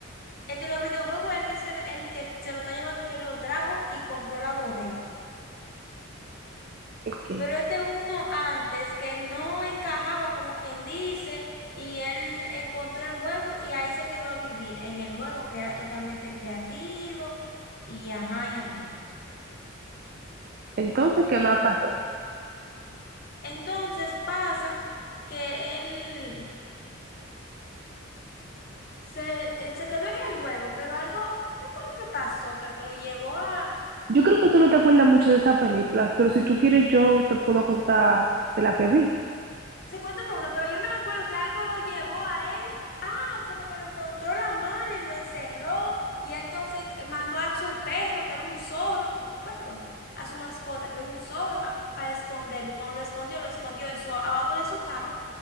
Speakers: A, on the left (about 45°); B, on the right (about 45°).
A: El de los videojuegos es el que se, el que se lo está llevando, quien lo trajo y compró la bodega.
B: Ok.
A: Pero este uno antes que no encajaba como quien dice y él encontró el juego y ahí se quedó a vivir en el juego que era totalmente creativo y ajá y ajá.
B: Entonces,
A: ¿Entiendes?
B: ¿qué más pasó?
A: Entonces pasa que él se, él se quedó en el juego, pero algo, ¿qué fue lo que pasó? Que lo llevó a,
B: Yo creo que tú no te acuerdas mucho de estas películas, pero si tú quieres, yo te puedo contar de la que vi.
A: Sí, cuéntame una, pero yo me acuerdo que algo lo llevó a él, ah, como que lo encontró la mala y lo encerró, y él entonces mandó a su perro, que era un zorro, co- perdón, a su mascota, que era un zorro, a, a esconderlo, y cuando lo escondió, lo escondió en su, abajo de su cama,